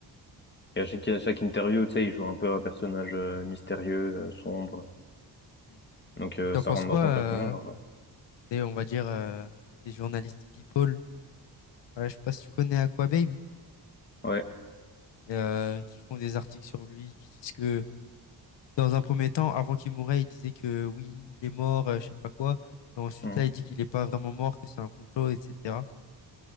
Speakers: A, on the left (about 25°); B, on the left (about 85°).
A: Et à chaque, à chaque interview, tu sais, il joue un peu un personnage euh, mystérieux, euh, sombre.
B: Mm.
A: Donc euh,
B: Et t'en
A: ça
B: penses
A: rentre
B: quoi,
A: dans ton
B: euh,
A: personnage. en
B: des- on va dire, euh, des journalistes people? Voilà, je sais pas si tu connais Aquababe,
A: Ouais.
B: euh, qui font des articles sur lui, qui disent que dans un premier temps, avant qu'il mourait, il disait que oui, il est mort, euh, je sais pas quoi. Et ensuite,
A: Mhm.
B: là, il dit qu'il est pas vraiment mort, que c'est un complot, etc.